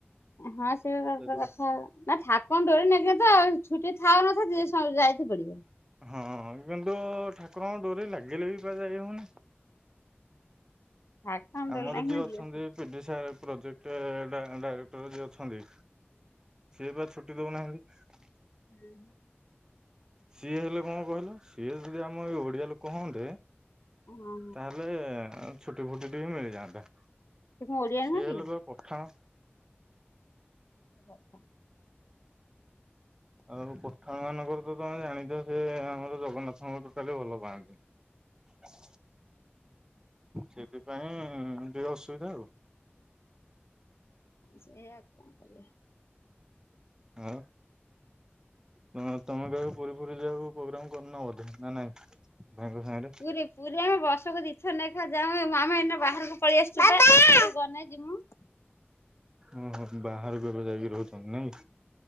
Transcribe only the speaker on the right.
ସେଥିପାଇଁ
ହଁ କିନ୍ତୁ ଠାକୁରଙ୍କ ଡୋରି ଲାଗିଲେ ବି ପା ଯାଇ ହଉନି
ଆମର
ଯିଏ
ଅଛନ୍ତି ପିଡି ସ ପ୍ରୋଜେକ୍ଟ ଡାଇରେକ୍ଟର ଯିଏ ଅଛନ୍ତି ସିଏ ବା ଛୁଟି ଦଉନାହାନ୍ତି
ସିଏ ହେଲେ କଣ କହିଲ ସିଏ ଯଦି ଆମ ଏଇ ଓଡ଼ିଆ ଲୋକ ହୁଅନ୍ତେ
ତାହେଲେ ଛୁଟି ଫୁଟି ଟିକେ ମିଳିଯାଆନ୍ତେ।
ସିଏ
ହେଲେ ବା ପଠାଣ
ଆଉ ପଠାନ ମାଂକର ମାନଙ୍କର ତ ତମେ ଜାଣିଛ ସେ ଆମର ଜଗନ୍ନାଥଙ୍କର ଭାରିଭଲ ପାଆନ୍ତି। ସେଥିପାଇଁ ଟିକେ ଅସୁବିଧା ଆଉ
ଆଉ। ହ ତମେ କେବେ ପୁରୀ ପୁରୀ ଯାକୁ ପ୍ରୋଗ୍ରାମ କରିନ ବୋଧେ ନାଇଁ ନାଇଁ। ଭାଇଙ୍କ ସାଙ୍ଗରେ
ଓହୋ ବାହାରକୁବେ ଏ ବେଯାଇକି ରହୁଛନ୍ତି ନାଇଁ।